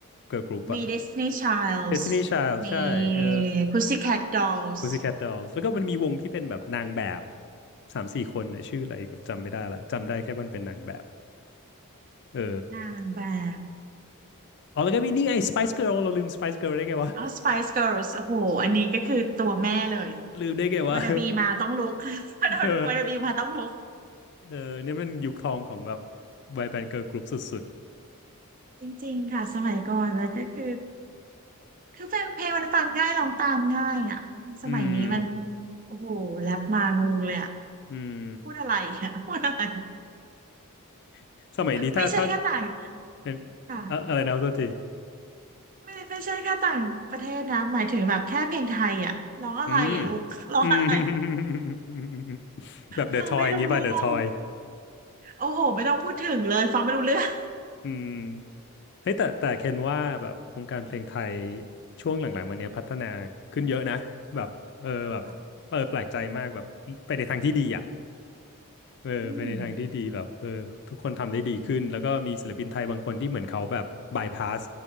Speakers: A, on the left; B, on the right.
A: เกิร์ลกรุ๊ปอะ
B: มี Destiny Childs
A: Destiny Child
B: มี
A: ใช่เออ
B: Pussycat Dolls
A: Pussycat Dolls แล้วก็มันมีวงที่เป็นแบบนางแบบสามสี่คนนะชื่ออะไรก็จำไม่ได้ละจำได้แค่มันเป็นนางแบบเออ
B: นางแบบ
A: อ๋อแล้วก็มีนี่ไง Spice Girl เราลืม Spice Girl ได้ไงวะ
B: เอา Spice Girls โอ้โหอันนี้ก็คือตัวแม่เลย
A: ลืมได้ไงวะ
B: w านนาบีมาต้องลุก <laughs> วันนาบีมาต้องลุก
A: <laughs> เออเออเนี่ยมันยุคทองของแบบวัยแบนด์เกิร์ลกรุ๊ปสุด
B: จริงๆค่ะสมัยก่อนแล้วก็คือคือเพลงเพลงมันฟังง่ายร้องตามง่ายอ่ะสมัยนี้มัน
A: ๆอืม
B: โอ้โหแรปมางงเลยอ่ะ
A: อืม
B: พูดอะไรอ่ะ <laughs> พูดอะไร
A: <laughs> สมัยนี้ถ้าถ้า
B: ไม่ใช่ก็ต่าง
A: เอ่อ
B: ค่ะ
A: อะอะไรนะโทษที
B: ไม่ไม่ใช่แค่ต่างประเทศนะหมายถึงแบบแค่เพลงไทยอ่ะร้องอะไรอ่ะลูก
A: อืม
B: <laughs> ร้องอะไร
A: อืม <laughs> แบบเดอะทอยอย่างงี้ป่ะเดอะทอย
B: ฟังไม่รู้เรื่องโอ้โหไม่ต้องพูดถึงเลยฟังไม่รู้เรื่อง
A: อืมเฮ้ยแต่แต่เคนว่าแบบวงการเพลงไทยช่วงหลังๆมาเนี้ยพัฒนาขึ้นเยอะนะแบบเออแบบเออแปลกใจมากแบบไปในทางที่ดีอ่ะ
B: ค่ะ
A: เออไปในทางที่ดีแบบเออทุกคนทำได้ดีขึ้นแล้วก็มีศิลปินไทยบางคนที่เหมือนเขาแบบบายพาส
B: อืม